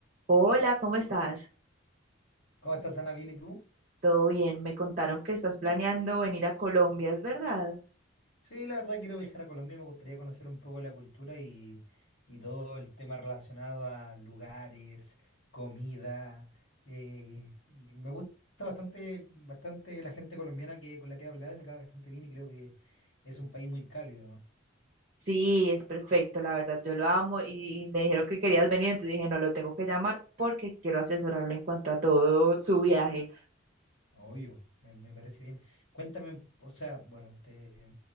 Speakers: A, on the right; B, on the left.
A: Hola, ¿cómo estás?
B: ¿Cómo estás, Ana? ¿Bien y tú?
A: ¿Todo bien? Me contaron que estás planeando venir a Colombia, ¿es verdad?
B: Sí, la verdad quiero viajar a Colombia, me gustaría conocer un poco la cultura y, y todo el tema relacionado a lugares, comida. eh, y me gusta bastante, bastante la gente colombiana que, con la que he hablado y me cae bastante bien y creo que es un país muy cálido, ¿no?
A: Sí, es perfecto, la verdad, yo lo amo y me dijeron que querías venir, entonces dije, no, lo tengo que llamar porque quiero asesorarlo en cuanto a todo su viaje.
B: Obvio, me, me parece bien. Cuéntame, un- o sea, bueno, te,